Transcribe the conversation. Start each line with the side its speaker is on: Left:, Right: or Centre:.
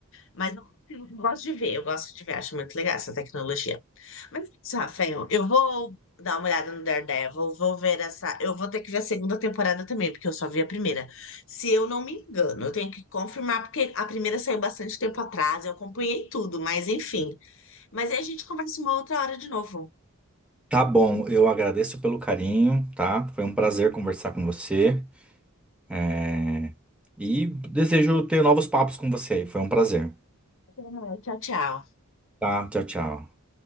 Left: Mas eu gosto de ver, eu gosto de ver, acho muito legal essa tecnologia. Mas, Rafael, eu vou dar uma olhada no Daredevil, vou ver essa. Eu vou ter que ver a segunda temporada também, porque eu só vi a primeira. Se eu não me engano, eu tenho que confirmar, porque a primeira saiu bastante tempo atrás, eu acompanhei tudo, mas enfim. Mas aí a gente conversa uma outra hora de novo.
Centre: Tá bom, eu agradeço pelo carinho, tá? Foi um prazer conversar com você. É, E desejo ter novos papos com você. Foi um prazer.
Left: Até mais, Tchau, tchau.
Centre: Tá? Tchau, tchau.